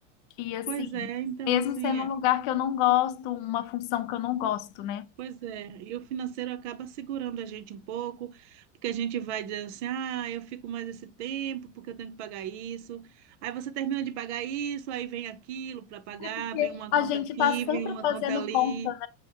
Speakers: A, on the left (about 45°); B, on the right (about 65°).
A: E assim,
B: Pois é, então
A: mesmo
B: assim,
A: sendo um
B: é,
A: lugar que eu não gosto, uma função que eu não gosto, né?
B: pois é, e o financeiro acaba segurando a gente um pouco, porque a gente vai dizendo assim, ah, eu fico mais esse tempo porque eu tenho que pagar isso. Aí você termina de pagar isso, aí vem aquilo para pagar,
A: Porque
B: vem uma
A: a
B: conta
A: gente
B: aqui,
A: tá sempre
B: vem uma
A: fazendo
B: conta ali.
A: conta.